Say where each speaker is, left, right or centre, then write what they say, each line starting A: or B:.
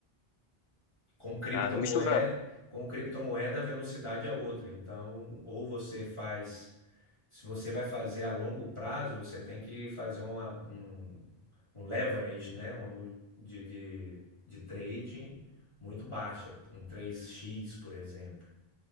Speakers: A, on the left (about 30°); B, on the left (about 60°).
A: Com criptomoeda,
B: Caramba, isso usa.
A: com criptomoeda, a velocidade é outra. Então, ou você faz. Se você vai fazer a longo prazo, você tem que fazer uma, um, um leverage, né? Uma mu- de, de, de trading muito baixa. Um três x por exemplo.